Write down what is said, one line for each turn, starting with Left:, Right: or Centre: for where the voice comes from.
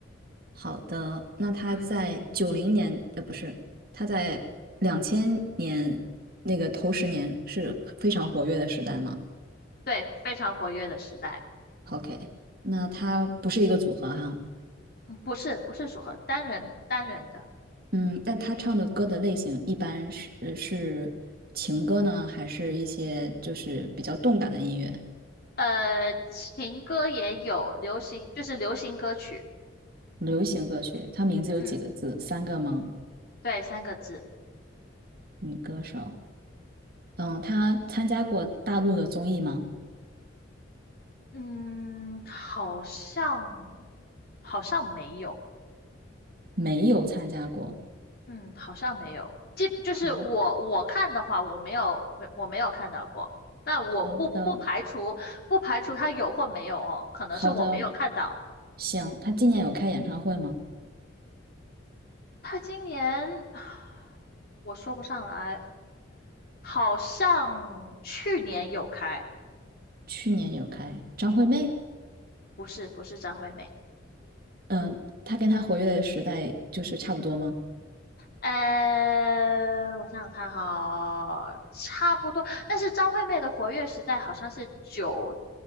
Right: 好的，那他在九零年，
Left: 嗯，
Right: 呃，不是，他在两千年那个头十年是非常活跃的时代吗
Left: 对，非常活跃的时代。
Right: ？OK，那他不是一个组合哈、
Left: 嗯，不是，不是组合，单人单人的。
Right: 嗯，但他唱的歌的类型一般是呃是情歌呢，还是一些就是比较动感的音乐？
Left: 呃，情歌也有，流行就是流行歌曲，
Right: 流行歌曲，他名字有几个字？
Left: 嗯，
Right: 三个吗？
Left: 对，三个字，
Right: 女歌手。嗯，她参加过大陆的综艺吗？
Left: 嗯，好像好像没有，
Right: 没有参加过。
Left: 嗯，好像没有，基就是我我看的话，
Right: 好，
Left: 我没有没我没有看到过，但我不不排除不排除他有或没有哦，
Right: 好的，
Left: 可能是我没有看到，
Right: 好的，行。她今年有开演唱会吗？
Left: 他今年 <sighs> 我说不上来，好像去年有开，
Right: 去年有开。张惠妹，
Left: 不是不是张惠妹。
Right: 嗯，她跟她活跃的时代就是差不多吗？
Left: 呃，我想想看哈，差不多。但是张惠妹的活跃时代好像是九